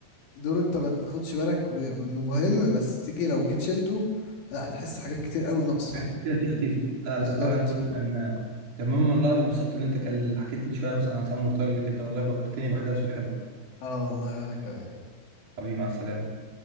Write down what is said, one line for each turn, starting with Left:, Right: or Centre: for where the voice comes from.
Left: دوره انت ما تاخدش بالك ب- انه مهم بس تيجي لو جيت شلته لا هتحس حاجات كتير قوي ناقصه
Right: حاجات كتيره تختفي لا
Left: بالظبط
Right: لا فعلا دوره كان كان مما الله انا انبسطت اللي انت كان حكيت لي شويه مثلا عن سام مرتضى كده والله فكرتني باحداثه الحلوه
Left: اه والله انا كمان
Right: حبيبي مع السلامه